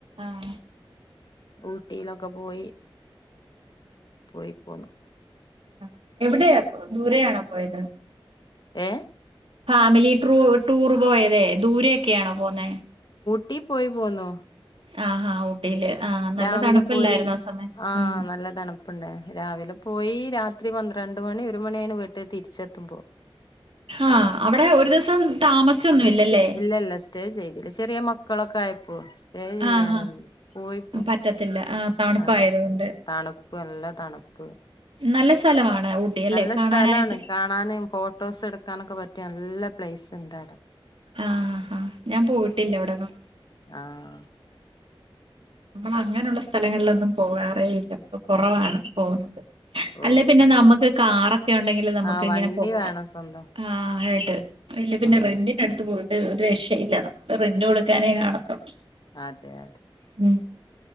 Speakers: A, on the right; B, on the left.
A: ആഹ്
B: ഊട്ടിലൊക്കെ പോയി പോയി പോണം
A: ആ എവിടെയാ ദൂര ആണോ പോയത്
B: ഏ
A: ഫാമിലി ട്രൂ ടൂർ പോയതെ ദൂരെയൊക്കെയാണോ പോന്നേ
B: എട്ടി പോയി പോന്നൊ
A: ആഹ് ആ ഓ ഊട്ടിയില് നല്ല
B: രാവിലെ
A: തണുപ്പല്ലായിരുന്നോ
B: പോയി ആ
A: ഉം
B: നല്ല തണുപ്പുണ്ട് രാവിലെ പോയി രാത്രി പന്ത്രണ്ട് മണി ഒരു മണിയാണ് വീട്ടി തിരിച്ചെത്തുമ്പോ
A: ആ അവിടെ ഒരു ദിവസം താമസിച്ചൊന്നും ഇല്ലല്ലേ
B: സ്റ്റെ ഇല്ല ഇല്ല സ്റ്റേ ചെയ്തില്ല ചെറിയ മ ക്കളൊക്കയപ്പോ സ്റ്റേ ചെയ്യാനോന്നും
A: ആഹ് ആഹ്
B: സ്കൂളിൽ പോണം
A: പറ്റത്തില്ല ആഹ് തണുപ്പായതുകൊണ്ട്
B: ആ തണുപ്പ് നല്ല തണുപ്പ്
A: നല്ല സ്ഥലമാണ് ഊട്ടി അല്ലേ
B: നല്ല
A: കാണാനായിട്ട്
B: സ്ഥലാണ് കാണാനും ഫോട്ടോസ് എടുക്കാനൊക്കെ പറ്റിയ നല്ല- പ്ലേസ് ഉണ്ടാവ്ടെ-
A: ആഹ് ആ ഞാൻ പോയിട്ടില്ല ഇവിടൊന്നും
B: ആഹ്
A: നമ്മൾ അങ്ങനുള്ള സ്ഥലങ്ങളിലൊന്നും പോകാറേ ഇല്ല കുറവാണ് പോകുന്നത്
B: ഓഹ്
A: അല്ല പിന്നെ
B: ഓഹ്
A: നമുക്ക് കാറൊ ക്കെ ഉണ്ടെങ്കിൽ നമുക്ക്
B: ആഹ് വണ്ടി
A: ഇങ്ങനെ പോവാൻ
B: വേണം സ്വന്തം
A: ആ <unintelligible> അല്ല പിന്നെ
B: ഉം
A: റന്റിന് എടുത്ത് പോയി രക്ഷയില്ല നമ്മള് റെന്റ് കൊടുക്കാനേ കാണത്തുള്ളൂ
B: അതെ അതെ
A: ഉം